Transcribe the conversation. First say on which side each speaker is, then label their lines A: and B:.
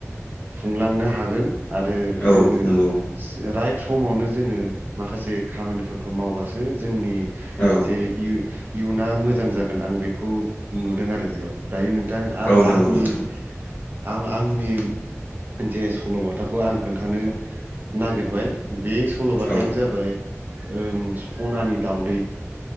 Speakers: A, on the right (about 35°); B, on the left (about 35°).
A: खुंलांनो हागोन आरो
B: औ
A: जोङो
B: नंगौ
A: राइट समावनो जोङो माखासे खामानिफोरखौ मावगासिनो जे जोंनि
B: औ
A: जे इयुना मोजां जागोन आं बेखौ नुदों आरो बेयाव दायो नों आं
B: औ नंगौ
A: आंनि
B: नोंथां
A: आं आंनि जे सल'बाथा खौ आं खोन्थानो नागिरबाय बे सल'बाथायानो
B: औ
A: जाबाय ओ सनानि दाउदै